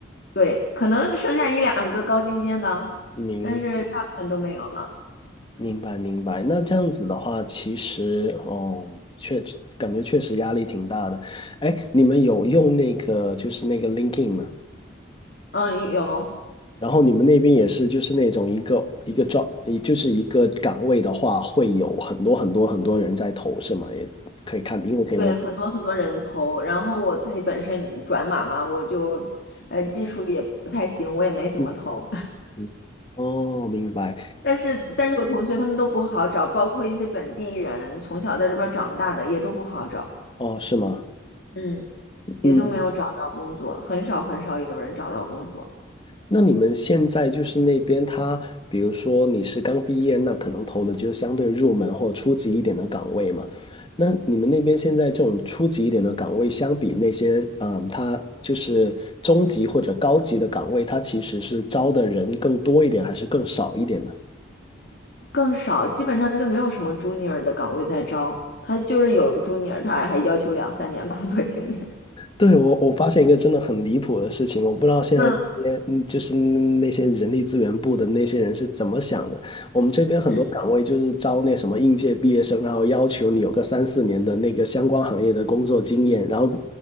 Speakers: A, on the left; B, on the left.
A: 对，可能剩下一两个高精尖的，
B: 明
A: 但是大部分都没有了。
B: 明白明白。那这样子的话，其实哦，确感觉确实压力挺大的。哎，你们有用那个就是那个 LinkedIn 吗？
A: 嗯，有，
B: 然后你们那边也是就是那种一个一个 job，也就是一个岗位的话，会有很多很多很多人在投，是吗？也可以看，因为可以我。
A: 对，很多很多人投，然后我自己本身转码嘛，我就呃技术也不太行，我也没怎么投。
B: 嗯嗯哦，明白。
A: 但是但是我同学他们都不好找，包括一些本地人从小在这边儿长大的也都不好找，
B: 哦，是吗？
A: 嗯，
B: 嗯，
A: 也都没有找到工作，很少很少有人找到工作，
B: 那你们现在就是那边他，比如说你是刚毕业，那可能投的就是相对入门或初级一点的岗位嘛。那你们那边现在这种初级一点的岗位，相比那些嗯，他就是中级或者高级的岗位，他其实是招的人更多一点，还是更少一点呢？
A: 更少，基本上就没有什么 junior 的岗位在招，他就是有 junior，他还要求两三年工作经验，
B: 对，我我发现一个真的很离谱的事情，我不知道现在这些嗯，
A: <laughs> 嗯
B: 就是那些人力资源部的那些人是怎么想的。我们这边很多岗位就是招那什么应届毕业生，
A: 嗯，
B: 然后要求你有个三四年的那个相关行业的工作经验，然后